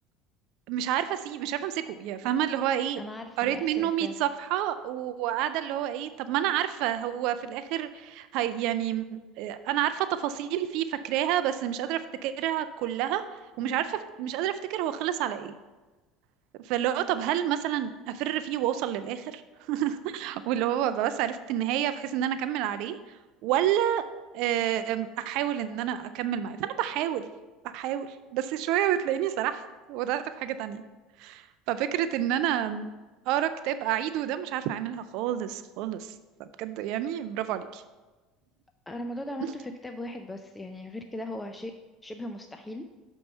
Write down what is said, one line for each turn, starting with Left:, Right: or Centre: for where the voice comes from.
Right: مش عارفة أسيب مش عارفة أمسكه يعني فاهمة اللي هو إيه
Left: انا عارفه
Right: قريت
Left: الاحساس
Right: منه 100
Left: ده
Right: صفحة و- وقاعدة اللي هو إيه طب ما أنا عارفة هو في الآخر هي يعني آه، أنا عارفة تفاصيل فيه فاكراها بس مش قادرة أفتكرها كلها ومش
Left: مم.
Right: عارفة مش قادرة أفتكر هو خلص على إيه فاللي هو طب هل مثلا أفر فيه وأوصل للآخر <laughs> واللي هو أبقى بس عرفت النهاية بحيث إن أنا أكمل عليه ولا آم، أحاول إن أنا أكمل معاه فأنا بحاول بحاول بس شوية وتلاقيني سرحت وضعت في حاجة تانية ففكرة إن أنا أقرأ كتاب أعيده ده مش عارفة أعملها خالص خالص فبجد يعني برافو عليكي
Left: انا الموضوع ده عملته
Right: <laughs>
Left: في كتاب واحد بس يعني غير كده هو شيء شبه مستحيل